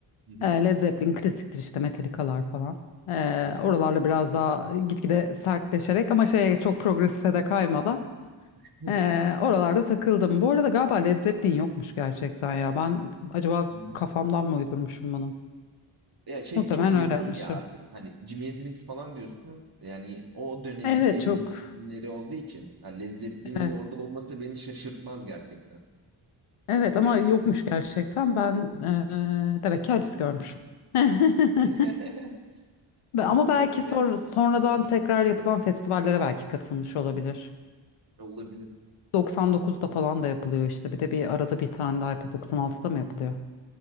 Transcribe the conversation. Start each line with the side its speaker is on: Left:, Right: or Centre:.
Right: Hı hı.
Left: E, Led Zeppelin klasiktir işte Metallica'lar falan. E,
Right: Hı hı.
Left: oralarla biraz daha gitgide sertleşerek ama şeye çok progresife de kaymadan
Right: <laughs>
Left: e, oralarda takıldım. Bu arada galiba Led Zeppelin yokmuş gerçekten ya. Ben acaba
Right: Hı hı.
Left: kafamdan mı uydurmuşum bunu?
Right: Ya şey
Left: Muhtemelen
Right: çok
Left: öyle
Right: yakın
Left: yapmışım.
Right: ya artık. Hani Jimi Hendrix falan diyorsun. Yani o dönemin
Left: Evet
Right: en
Left: çok.
Right: büyük isimleri olduğu için hani Led Zeppelin'in
Left: Evet.
Right: orada olması beni şaşırtmaz gerçekten.
Left: Evet
Right: Ne?
Left: ama yokmuş gerçekten. Ben e, demek ki acısı görmüşüm. <laughs>
Right: <laughs>
Left: Be-
Right: Konsepte
Left: Ama belki sor- sonradan tekrar yapılan festivallere belki katılmış olabilir.
Right: olabilir.
Left: 99'da falan da yapılıyor işte. Bir de bir arada bir tane daha yapıyor. 96'da mı yapılıyor?